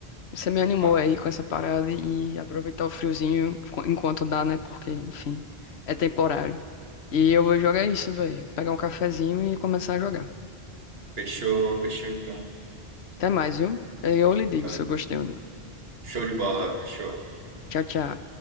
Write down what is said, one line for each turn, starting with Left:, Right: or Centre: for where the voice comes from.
Left: Você me
Right: Opa,
Left: animou aí com essa parada e aproveitar o friozinho enqu- enquanto dá, né? Porque, enfim, é temporário. E eu vou jogar isso, velho. Pegar um cafezinho e começar a jogar.
Right: fechou, fechou então.
Left: Até mais, viu? Aí Eu lhe digo
Right: Tchau.
Left: se eu gostei ou não.
Right: Show de bola, fechou.
Left: Tchau, tchau.